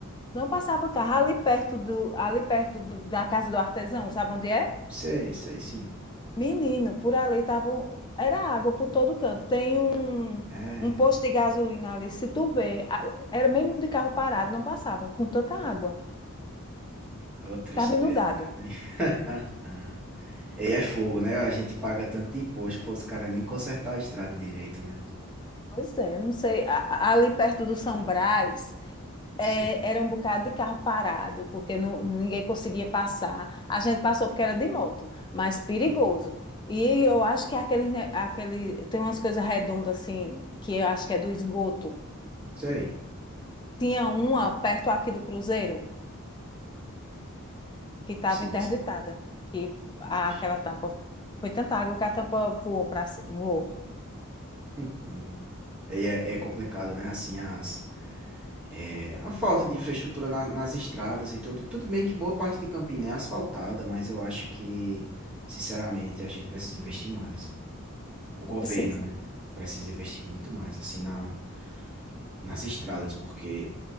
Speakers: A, on the left (about 20°); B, in the centre.
A: Não passava carro ali perto do, ali perto do- da casa do artesão, sabe onde é?
B: sei, sei sim.
A: Menino, por ali tava, um- era água por todo canto. Tem um
B: É,
A: um posto de gasolina ali, se tu vê, a- era mesmo de carro parado, não passava com tanta água.
B: é uma tristeza,
A: Estava inundado.
B: né? <laughs> Ah, ah. E é fogo, né? A gente paga tanto imposto para os caras nem consertar a estrada direito, né?
A: Pois é, eu não sei. a- a- ali perto do São Brás,
B: Sim.
A: é, era um bocado de carro parado, porque não, ninguém conseguia passar. A gente passou porque era de moto, mas perigoso.
B: Hum,
A: E eu acho que aquele, ne- aquele, tem umas coisas redondas assim, que eu acho que é do esgoto.
B: sei.
A: Tinha uma perto aqui do Cruzeiro, que estava
B: Sim,
A: interditada.
B: sim.
A: E a-
B: Ixi.
A: aquela tampa, foi tanta água que a tampa voou para voou.
B: Hum. Aí é é complicado, né, assim, as eh, a falta de infraestrutura na nas estradas e tudo. Tudo bem que boa parte de Campina é asfaltada, mas eu acho que, sinceramente, a gente precisa investir mais. O governo,
A: Precisa.
B: né, precisa investir muito mais, assim, na nas estradas, porque